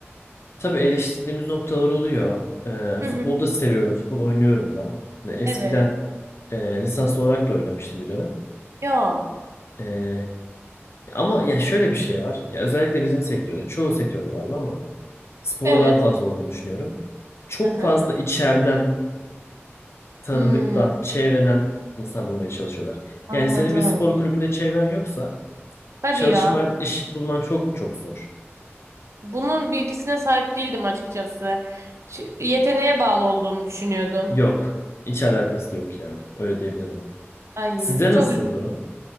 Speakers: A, on the left; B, on the right.
A: tabii eleştirdiğimiz noktalar oluyor. Ee, futbolu
B: Hı hı.
A: da seviyorum. Futbol oynuyorum da. Yani eskiden
B: Evet.
A: e, lisans olarak da oynamıştım bir dönem.
B: Ya.
A: Ee, ama ya şöyle bir şey var. Ya özellikle bizim sektörde, çoğu sektörde var bu ama sporda
B: Evet.
A: daha fazla olduğunu düşünüyorum. Çok
B: Hı hı.
A: fazla içeriden tanıdıktan,
B: Hmm,
A: çevreden insan bulmaya çalışıyorlar.
B: anladım.
A: Yani senin bir spor kulübünde çevren yoksa
B: Hadi
A: çalışman,
B: ya.
A: iş bulman çok çok zor.
B: Bunun bilgisine sahip değildim açıkçası. Ş- Yeteneğe bağlı olduğunu düşünüyordum.
A: Yok. Hiç alakası yok ya. Öyle diyebilirim.
B: Ay
A: Sizde
B: bu çok
A: nasıl
B: üzücü.
A: durum?